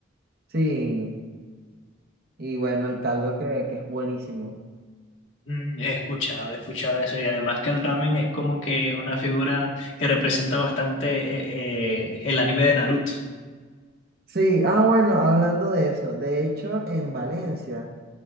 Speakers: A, on the right; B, on the left.
A: Sí, y bueno, el caldo que, que es buenísimo.
B: Mm, He escuchado, he escuchado eso y además que el ramen es como que una figura que representa bastante eh, eh, el anime de Naruto.
A: Sí, ah, bueno, hablando de eso, de hecho, en Valencia,